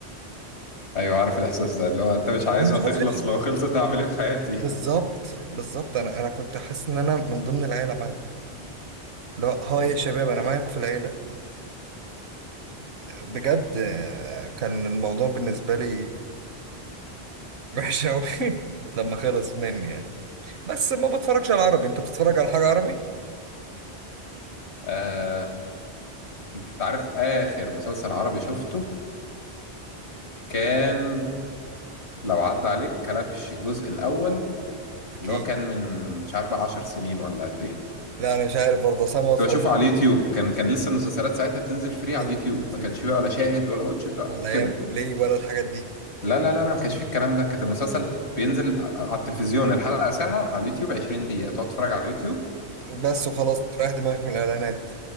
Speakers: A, on the left (about 80°); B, on the right (about 75°).
A: ايوه عارف الاحساس ده اللي هو انت مش عايزها
B: انا مش
A: تخلص
B: عايز يخلص
A: لو خلصت اعمل ايه في حياتي
B: بالظبط بالظبط انا انا كنت حاسس ان انا من ضمن العيلة معاه لا هاي يا شباب انا معاكم في العيلة بجد آه، كان الموضوع بالنسبة لي وحش قوي <laughs> لما خلص مني يعني بس ما بتفرجش على عربي انت بتتفرج على حاجة عربي
A: <laughs> آه انت عارف اخر مسلسل عربي شفته كان لو عدى عليك كلبش الجزء الاول
B: اكيد
A: اللي هو كان من مش عارف بقى 10 سنين ولا قد ايه
B: لا انا مش عارف برضه اصلا ما اتفرجش
A: كنت بشوفه على اليوتيوب
B: على
A: كان كان لسه المسلسلات ساعتها بتنزل فري
B: تنزل
A: على اليوتيوب
B: اليوتيوب
A: ما كانش فيه بقى ولا شاهد ولا واتش إت ولا
B: ولا
A: كده
B: يانجو بلاي ولا الحاجات دي
A: لا لا لا لا ما كانش فيه الكلام ده كانت المسلسل
B: مم.
A: بينزل ع- على التلفزيون الحلقة ساعة على اليوتيوب 20 دقيقة تقعد تتفرج على اليوتيوب
B: وبس وخلاص تريح دماغك من الاعلانات